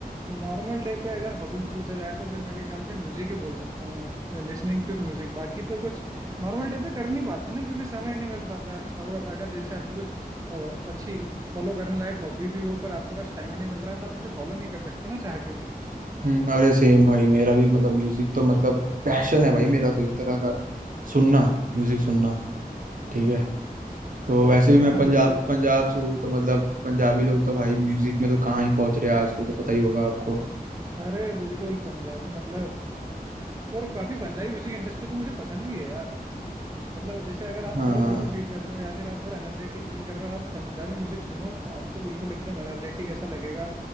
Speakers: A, on the right (about 20°); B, on the right (about 60°).
A: नॉर्मल डे पे अगर हॉबी में पूछा जाए तो फिर मेरे ख्याल से म्यूजिक ही बोल सकता हूँ लिसनिंग टू म्यूजिक बाकी तो कुछ नॉर्मल डे पे कर नहीं पाते ना क्योंकि समय नहीं मिल पाता है अगर अगर जैसे आपकी कुछ अ, अच्छी फॉलो करने लायक हॉबी भी हो पर आपके पास टाइम ही नहीं मिल रहा है तो आप उसे फॉलो नहीं कर सकते ना चाह के भी
B: हम्म अरे सेम भाई मेरा भी मतलब म्यूजिक तो मतलब पैशन है भाई मेरा तो एक तरह का सुनना म्यूजिक सुनना ठीक है तो वैसे भी मैं
A: हाँ
B: पंजाब
A: बिल्कुल
B: पंजाब से हूँ तो मतलब पंजाबी लोग तो भाई म्यूजिक में तो कहाँ ही पहुंच रहे हैं आजकल तो पता ही होगा आपको
A: अरे बिल्कुल पंजाबी मतलब और काफी पंजाबी म्यूजिक इंडस्ट्री तो मुझे पसंद भी है यार मतलब जैसे अगर आप
B: हाँ
A: थोड़ा लो भी फील कर रहे हो या फिर आप थोड़ा एनर्जेटिक फील कर रहे हो आप पंजाबी म्यूजिक सुनो आपको बिल्कुल एकदम एनर्जेटिक ऐसा लगेगा